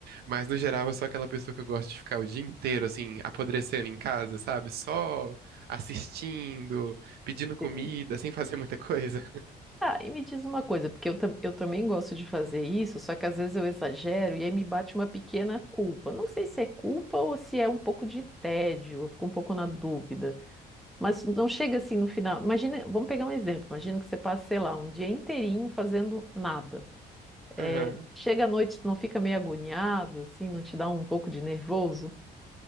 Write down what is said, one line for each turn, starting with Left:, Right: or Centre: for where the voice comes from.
Right: Mas, no geral, eu sou aquela pessoa que eu gosto de ficar o dia inteiro, assim, apodrecendo em casa, sabe? Só assistindo, pedindo comida,
Centre: sim.
Right: sem fazer muita coisa. <laughs>
Centre: Ah, e me diz uma coisa, porque eu, tam- eu também gosto de fazer isso, só que às vezes eu exagero e aí me bate uma pequena culpa. Não sei se é culpa ou se é um pouco de tédio, eu fico um pouco na dúvida. Mas não chega assim no final. Imagina, vamos pegar um exemplo. Imagina que você passa, sei lá, um dia inteirinho fazendo nada. É,
Right: Aham.
Centre: chega à noite, não fica meio agoniado, assim, não te dá um pouco de nervoso?